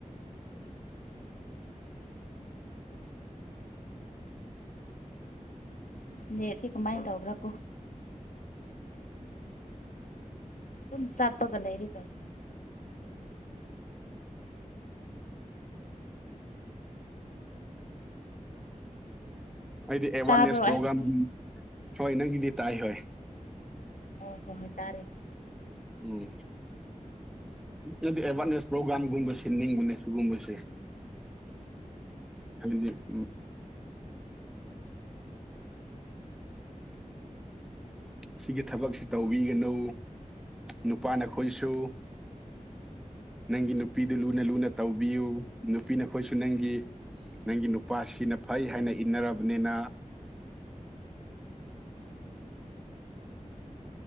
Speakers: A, on the left; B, in the centre.
A: ꯑꯁ ꯅꯦꯠꯁꯦ ꯀꯃꯥꯏꯅ ꯇꯧꯕ꯭ꯔꯥ ꯀꯣ ꯑꯗꯨꯝ ꯆꯞꯄꯒ ꯂꯩꯔꯦ ꯇꯧ
B: ꯑꯩꯗꯤ ꯑꯦꯋꯥꯔꯅꯦꯁ
A: ꯇꯥꯕ꯭ꯔꯣ
B: ꯄ꯭ꯔꯣꯒꯥꯥꯝ
A: ꯑꯩꯒꯤꯗꯤ
B: ꯍꯣꯏ ꯅꯪꯒꯤꯗꯤ ꯇꯥꯏ ꯍꯣꯏ
A: ꯑꯣ ꯍꯣ ꯍꯣꯏ ꯇꯥꯔꯦ
B: ꯎꯝ ꯑꯗꯨꯗꯤ ꯑꯦꯋꯥꯔꯅꯦꯁ ꯄ꯭ꯔꯣꯒ꯭ꯔꯥꯝꯒꯨꯝꯕ ꯁꯤꯟꯅꯤꯡꯕꯅꯦ꯫ ꯁꯤꯒꯨꯝꯕꯁꯦ ꯍꯥꯏꯗꯤ ꯎ꯫ ꯁꯤꯒꯤ ꯊꯕꯛꯁꯤ ꯇꯧꯕꯤꯒꯅꯨ ꯅꯨꯄꯥ ꯅꯈꯣꯏꯁꯨ꯫ ꯅꯪꯒꯤ ꯅꯨꯄꯤꯗꯨ ꯂꯨꯅ ꯂꯨꯅ ꯇꯧꯕꯤꯌꯨ ꯅꯨꯄꯤ ꯅꯈꯣꯏꯁꯨ ꯅꯪꯒꯤ꯫ ꯅꯪꯒꯤ ꯅꯨꯄꯥ ꯁꯤꯅ ꯐꯩ ꯍꯥꯏꯅ ꯏꯟꯅꯔꯕꯅꯤꯅ꯫